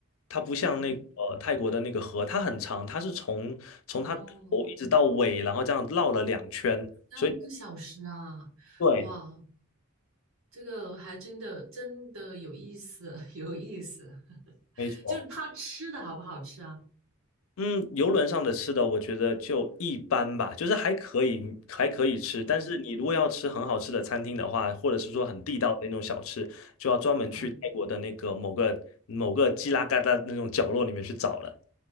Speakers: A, on the left; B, on the right.
A: 它不像那个呃泰国的那个河，
B: 嗯，
A: 它很长，它是从从它的头一直到尾，
B: 哦，
A: 然后这样绕了两圈，
B: 三个小时啊，
A: 所以对，
B: 哇，这个还真的真的有意思，<laughs> 有意思。
A: 没错。
B: 就是他吃的好不好吃啊？
A: 嗯，游轮上的吃的我觉得就一般吧，就是还可以，还可以吃。
B: 哦，
A: 但是你如果要吃很好吃的餐厅的话，或者是说很地道的那种小吃，就要专门去泰国的那个某个某个犄拉旮旯那种角落里面去找了。
B: 啊。